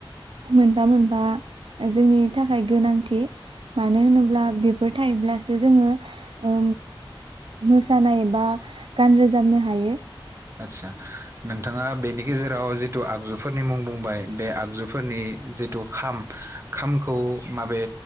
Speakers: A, on the right (about 75°); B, on the right (about 30°).
A: मोनफा मोनफा जोंनि थाखाय गोनांथि मानो होनोब्ला बेफोर थायोब्लासो जोङो मोसानायबा गान रोजाबनो हायो
B: आतसा नोंथाङा बेनि गेजेराव जिथु आगजुफोरनि मुं बुंबाय बे आगजुफोरनि जिथु खाम खामखौ माबे